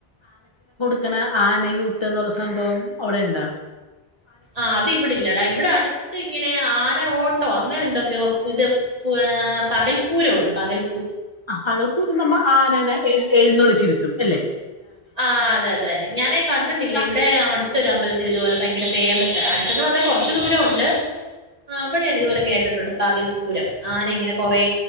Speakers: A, on the left; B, on the right.
A: ക്കണ ആനയൂട്ട്ന്ന് പറയണ സംഭവം അവിടെണ്ടോ
B: ആ അത് ഇവിടില്ലടാ ഇവിടെ അട്ത്ത് ഇങ്ങനെ ആന ഓട്ടോ അങ്ങനെ എന്തൊക്ക ഇത് പുത പ് ആ പകൽപ്പൂരവുണ്ട് പകൽ
A: ആ പകൽ പൂരം നമ്മ ആനനെ എഴ് എഴുന്നള്ളിച്ചിരുത്തും അല്ലെ
B: ആഹ് അതെ അതെ അതന്നെ ഞാനേ കണ്ടിട്ടില്ല
A: ന-
B: ഇവിടെ അട് തൊരമ്പല ത്തിൽ ഇത്പോലെ ഭയങ്കര ഫേമസാ അടുത്ത്ന്ന് പറഞ്ഞാ കൊറ ച്ച് ദൂരം ഉണ്ട് അവിടെ ഞാൻ ഇതുപോലെ കേട്ടിട്ടുണ്ട് പകൽപ്പൂരം ആന ഇങ്ങനെ കൊറേ